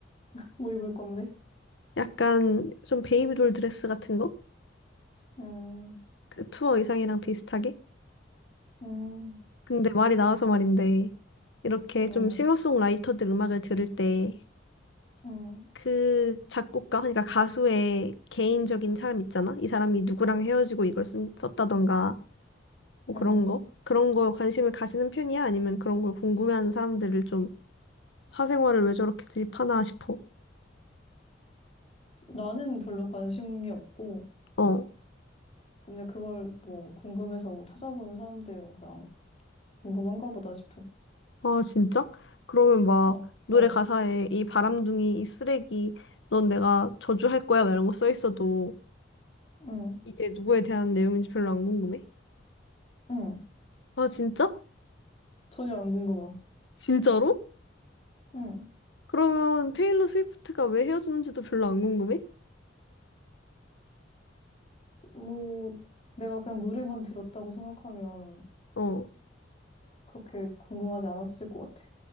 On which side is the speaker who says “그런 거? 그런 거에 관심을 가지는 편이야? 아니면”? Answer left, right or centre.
Left